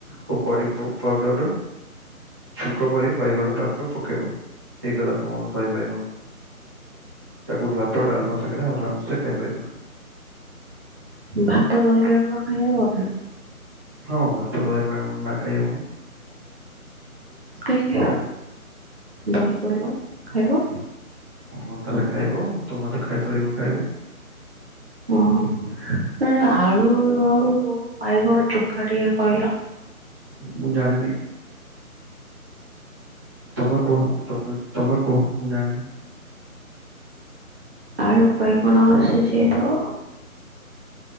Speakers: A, on the right; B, on the right.
A: ଓ କରି ଫ ପାଉଡର ଛୁଙ୍କ କରି ବାଇଗଣ ତାପରେ ପ ହେବ ହେଇଗଲା ତମର ଦହି ବାଇଗଣ ତାକୁ ଭାତ ଡାଲମା ସାଙ୍ଗରେ ଆରାମସେ ଖାଇପାରିବା।
B: ଭାତ ଦହି ବାଇଗଣ ଖାଇ ହବ ନା
A: ଅ ଭାତ ଦହି ପାଣି ମନା ଖାଇହବନି।
B: ଖାଇକି ଦହି ଗୋଳେଇବ ଖାଇବ।
A: ହଁ ତାହେଲେ ଖାଇବ ତୁ ମତେ ଖାଇପାରିବ ଖାଇବ।
B: ଓହୋ ନା ଆଳୁ ଆଉ ବାଇଗଣ ଚୁଖା ଟିଏ କହିଲ?
A: ମୁଁ ଜାଣିନି। ତମେ କୁହ ତମେ ତମେ। କୁହ ମୁଁ ଜାଣିନି।
B: ଆଳୁ ବାଇଗଣ ଆସିଛି ତ?